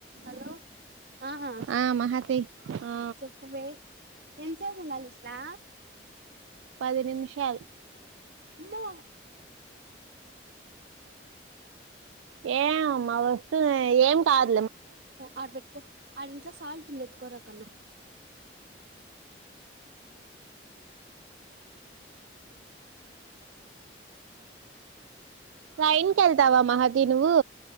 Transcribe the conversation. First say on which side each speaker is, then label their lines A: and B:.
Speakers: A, on the right (about 60°); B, on the right (about 90°).
A: Hello ఆహా
B: ఆ మహాతి ఆ
A: చెప్పువే ఎంత సేపు ఉండాలి ఇట్లా
B: పదినిమిషాలు
A: అమ్మో
B: ఏమ్ మా వస్తున్నయ్ ఏం కాద్
A: ఆడబెట్టుకో ఆడ్ ఇంట్లో సాల్ట్ ఉంది ఎతుకోర కన్నా
B: ట్రైన్ కీ కెల్తవా మహతి నువ్వు